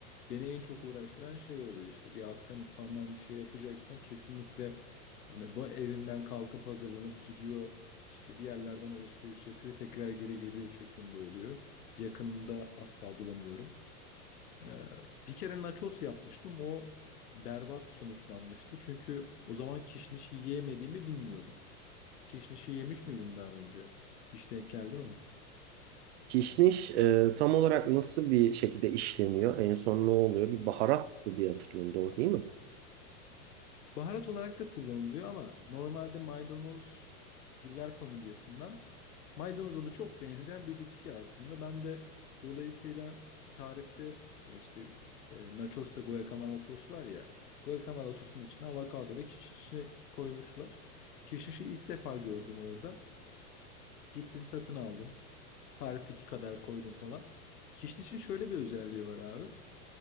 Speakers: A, on the left; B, on the right.
A: Beni en çok uğraştıran şey oluyor işte bir Asya mutfağından bir şey yapacaksam kesinlikle hani bu evimden kalkıp hazırlanıp gidiyor işte bir yerlerden alışveriş yapıyor tekrar geri geliyor şeklinde oluyor. Yakınında asla bulamıyorum. Ee, bir kere nachos yapmıştım o berbat sonuçlanmıştı çünkü o zaman kişniş yiyemediğimi bilmiyordum. Kişnişi yemiş miydin daha önce? Hiç denk geldi mi?
B: Kişniş e, tam olarak nasıl bir şekilde işleniyor? En son ne oluyor? Bir baharattı diye hatırlıyorum. Doğru değil mi?
A: Baharat olarak da kullanılıyor ama normalde maydanoz giller familyasından maydanoza da çok benzeyen bir bitki aslında. Ben de dolayısıyla tarifte e, işte e, nachos'ta guacamole sos var ya guacamole sosunun içine avokado ve kişnişi koymuşlar. Kişnişi ilk defa gördüm orada. Gittim satın aldım. Tarifteki kadar koydum falan. Kişnişin şöyle bir özelliği var abi.